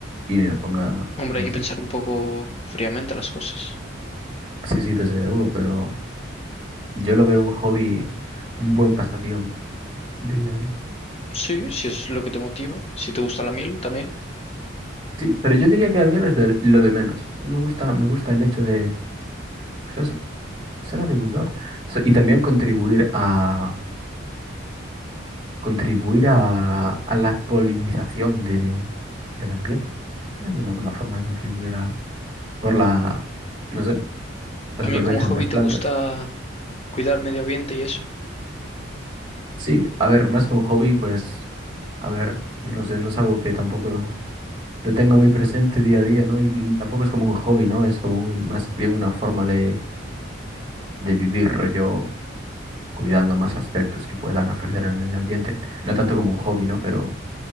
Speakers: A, on the right; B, on the left.
A: y me ponga
B: Hombre,
A: con
B: hay que
A: los
B: pensar un poco fríamente las cosas.
A: Sí, sí, desde luego, pero yo lo veo un hobby, un buen pasatiempo, diría yo.
B: Sí, si es lo que te motiva, si te gusta la miel también.
A: Sí, pero yo diría que a mí lo es de, lo de menos. Yo me gusta, me gusta el hecho de, pues eso, ser agricultor. So- y también contribuir a, contribuir a, a la polinización de, del ambiente. Es una buena forma de contribuir a, por la, no sé, la
B: A
A: supervivencia
B: mí como hobby
A: de las
B: te
A: plantas.
B: gusta cuidar medio ambiente y eso.
A: Sí, a ver, más que un hobby, pues, a ver, no sé, no es algo que tampoco lo tengo muy presente día a día, ¿no? Y mm, tampoco es como un hobby, ¿no? Es como un- más bien una forma de, de vivir rollo, cuidando más aspectos que puedan afectar el medio ambiente. No tanto como un hobby, ¿no? Pero,